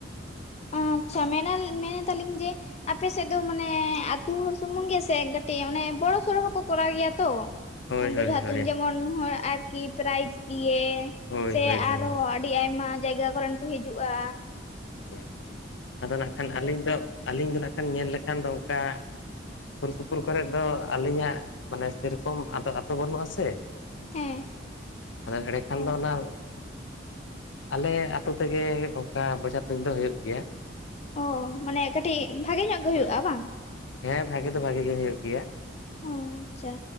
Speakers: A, on the left; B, on the left.
A: ᱟᱪᱪᱷᱟ ᱢᱮᱱ ᱢᱮᱱᱮᱫ ᱮᱫᱟᱞᱤᱧ ᱡᱮ ᱟᱯᱮ ᱥᱮᱫ ᱫᱚ ᱢᱟᱱᱮ ᱟᱹᱛᱩ ᱦᱚᱲ ᱥᱩᱢᱩᱝ ᱜᱮᱥᱮ ᱠᱟᱹᱴᱤᱡ ᱚᱱᱮ ᱵᱚᱲᱚ ᱥᱚᱲᱚ ᱦᱚᱸᱠᱚ ᱠᱚᱨᱟᱣ ᱜᱮᱭᱟ ᱛᱚ
B: ᱦᱳᱭ
A: ᱵᱮᱡᱷᱟ
B: ᱦᱳᱭ ᱦᱳᱭ
A: ᱛᱩᱧ ᱡᱮᱢᱚᱱ ᱦᱚᱲ ᱟᱨᱠᱤ ᱯᱨᱟᱭᱤᱡ ᱫᱤᱭᱮ
B: ᱦᱳᱭ
A: ᱥᱮ
B: ᱦᱳᱭ ᱦᱳᱭ
A: ᱟᱨᱦᱚᱸ ᱟᱹᱰᱤ ᱟᱭᱢᱟ ᱡᱟᱭᱜᱟ ᱠᱚᱨᱮᱱ ᱠᱚ ᱦᱤᱡᱩᱜ-ᱟ
B: ᱦᱳᱭ ᱟᱫᱚ ᱱᱟᱜ ᱠᱷᱟᱱ ᱟᱹᱞᱤᱧ ᱫᱚ ᱟᱹᱞᱤᱧ ᱫᱚ ᱱᱟᱜ ᱠᱷᱟᱱ ᱧᱮᱞ ᱞᱮᱠᱷᱟᱱ ᱫᱚ ᱚᱱᱠᱟ ᱥᱩᱨ ᱥᱩᱯᱩᱨ ᱠᱚᱨᱮ ᱫᱚ ᱟᱹᱞᱤᱧᱟᱜ ᱢᱟᱱᱮ ᱥᱮᱨᱚᱠᱚᱢ ᱟᱫᱚ ᱟᱛᱳ ᱵᱟᱹᱱᱩᱜ ᱟᱥᱮ
A: ᱦᱮᱸ
B: ᱟᱫᱚ ᱮᱸᱰᱮᱠᱷᱟᱱ
A: ᱚ
B: ᱫᱚ ᱚᱱᱟ ᱟᱞᱮ ᱟᱛᱳ ᱛᱮᱜᱮ ᱚᱱᱠᱟ ᱵᱚᱡᱷᱟ ᱛᱩᱧ ᱫᱚ ᱦᱩᱭᱩᱜ ᱜᱮᱭᱟ
A: ᱚ ᱢᱟᱱᱮ ᱠᱟᱹᱴᱤᱡ ᱵᱷᱟᱜᱮ ᱧᱚᱜ ᱜᱮ ᱦᱩᱭᱩᱜ-ᱟ
B: ᱦᱳᱭ
A: ᱵᱟᱝ
B: ᱦᱮᱸ ᱵᱷᱟᱜᱤ ᱫᱚ ᱵᱷᱟᱜᱤ ᱜᱮ ᱦᱩᱭᱩᱜ ᱜᱮᱭᱟ
A: ᱚ ᱟᱪᱪᱷᱟ